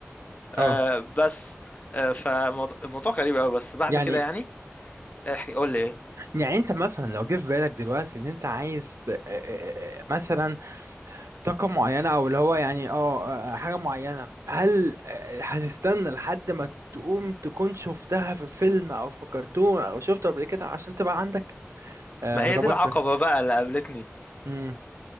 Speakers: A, on the left (about 30°); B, on the right (about 85°).
A: آه
B: اه
A: بس آه فالموضوع غريب قوي بس بعد
B: يعني
A: كده يعني احكي قول لي ايه
B: يعني انت مثلا لو جه في بالك دلوقتي ان انت عايز آه، آه، آه، مثلا طاقة معينة او اللي هو يعني اه آه، حاجة معينة هل آه، هتستنى لحد ما تقوم تكون شفتها في فيلم او في كرتون او شفته قبل كده عشان تبقى عندك آه،
A: ما هي
B: ربطت
A: دي العقبة بقى اللي قابلتني
B: امم